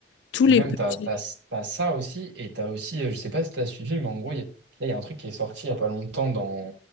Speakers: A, on the left; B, on the right.
A: Tous
B: Et
A: les
B: même,
A: petits.
B: t'as, t'as, t'as ça aussi, et t'as aussi, euh, je sais pas si t'as suivi, mais en gros, il y a, là, il y a un truc qui est sorti il y a pas longtemps dans,